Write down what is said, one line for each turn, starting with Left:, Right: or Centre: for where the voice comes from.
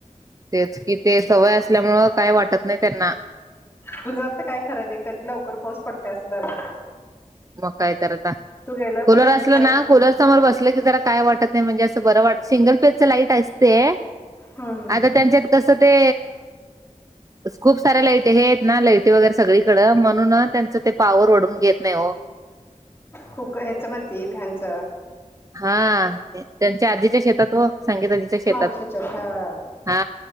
Right: तेच कि ते सवय असल्यामुळं काय वाटत नाइ त्यांना.
Left: तुझ तर काय खरं नाही? कधी लवकर पाऊस पडतंय? असं झालंय.
Right: मग काय तर आता,
Left: तू गेल्यावर
Right: कुलर
Left: पाट दिवशी
Right: असलं
Left: पाऊस
Right: ना कुलर समोर बसलं की जरा काय वाटत नाइ म्हणजे असं बरं वाट सिंगल पेचच लाईट असते
Left: हम्म हम्म
Right: आता त्यांच्यात कसं ते खूप साऱ्या लाईट हे आहेत ना, लाईटी वगैरे सगळीकडं म्हणून त्यांच ते पाॉवर वढून घेत नाइ ओ.
Left: खूप काय ह्याच म्हणती फॅनच
Right: हा त्यांच्या आजीच्या शेतात वो संगीताजीच्या शेतात
Left: मावशीच्यात हा
Right: हा